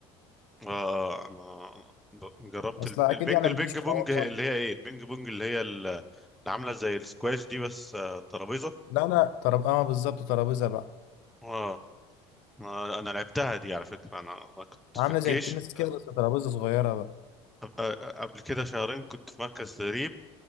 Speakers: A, in the centre; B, on the left (about 75°).
A: آه، أنا ب- جربت
B: اصلا
A: الب- البينج
B: اكيد يعني
A: البينج
B: ما بتجيش
A: بونج
B: من اول
A: اللي
B: مرة
A: هي إيه البينج بونج اللي هي ال- اللي عاملة زي السكواش دي بس آه، ترابيزة
B: لا لا طرب اه بالظبط ترابيزة بقى
A: اه آه، أنا لعبتها دي على فكرة أنا أنا كنت
B: عامله
A: في الجيش
B: زي التنس كده
A: آه،
B: بس ترابيزه صغيره بقى
A: آه، آه، قبل كده شهرين كنت في مركز تدريب